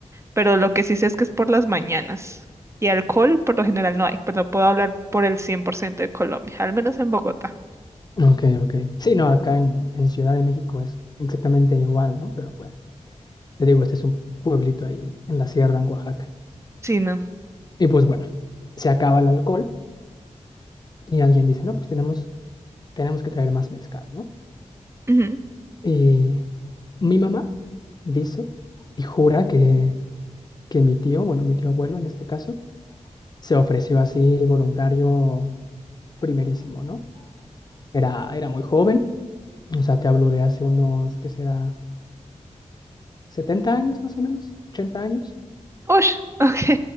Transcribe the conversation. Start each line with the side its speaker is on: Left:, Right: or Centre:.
Right: pero lo que sí sé es que es por las mañanas. Y alcohol por lo general no hay, pero puedo hablar por el 100% de Colombia, al menos en Bogotá.
Left: Ok, ok. Sí, no, acá en, en Ciudad de México es exactamente igual, ¿no? Pero pues, te digo, este es un pueblito ahí en, en la sierra, en Oaxaca.
Right: Sí, no.
Left: Y pues bueno, se acaba el alcohol y alguien dice, no, pues tenemos, tenemos que traer más mezcal, ¿no?
Right: Ujú.
Left: Y mi mamá dice y jura que, que mi tío, bueno, mi tío abuelo en este caso, se ofreció así voluntario primerísimo, ¿no? Era, era muy joven, O sea, te hablo de hace unos, ¿qué será? 70 años más o menos, 80 años.
Right: Ush, ok. <laughs>